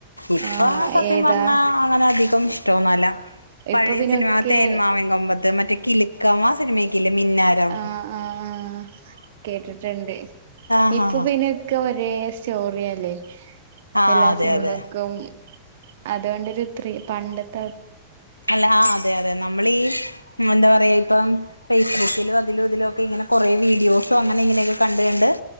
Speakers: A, on the left; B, on the right.
A: ഇപ്പൊ
B: ആഹ്
A: സത്യം
B: ഏതാ
A: പറഞ്ഞാ അങ്ങനെ അധികം ടൊന്നല്ല.
B: ഇപ്പൊ
A: പഴയ
B: പിന്നൊക്കെ
A: സിനിമ തേന്മാവിൻ കൊമ്പത്ത്, മറ്റേ കിലുക്കം, ആ സിനിമക്കില്ലേ മിന്നാ <inaudible> <unintelligible>
B: ആഹ് ആഹ് ആഹ് കേട്ടിട്ടുണ്ട്.
A: ആഹ്
B: ഇപ്പൊ
A: ആഹ്
B: പിന്നൊക്കെ ഒരേ സ്റ്റോറി ആലെ.
A: ആഹ്
B: എല്ലാ
A: അതെ
B: സിനിമക്കും
A: അതെ
B: അതുണ്ടൊരു ത്രി പണ്ടെ ത്തെ
A: അല്ല അതെ അതെ നമ്മളീ എന്താ പറയാ ഇപ്പം ഫേസ്ബുക്കിലും അതിലും ഇതിലും ഒക്കെ ഇങ്ങനെ കുറേ വീഡിയോസോ അങ്ങനെ ഇങ്ങനെയൊക്കെ കണ്ട് ക ണ്ട്,.